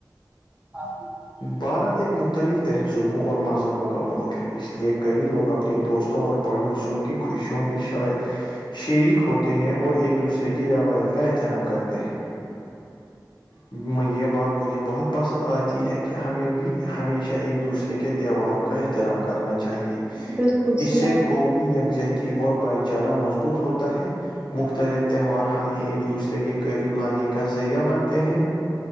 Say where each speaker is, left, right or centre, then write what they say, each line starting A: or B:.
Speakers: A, on the right; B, on the left.
A: <unintelligible>
B: بھارت ایک مختلف تہذیبوں اور مذہبوں کا ملک ہے اس لیے کئی لوگ اپنے دوستوں اور پڑوسیوں کی خوشیوں میں شا شریک ہوتے ہیں اور ایک دوسرے کی روایت کا احترام کرتے ہیں ما یہ بات مجھے بہت پسند آتی ہے کہ ہمیں بھی ہمیشہ ایک دوسرے کے تیوہارو کا احترام کرنا چاہیے
A: بالکل
B: اس
A: صحیح
B: سے قومی یکجہتی کی اور بھائی چارہ مضبوط ہوتا ہے مختلف تہوار ہمیں ایک دوسرے کے قریب لانے کے بنتے ہیں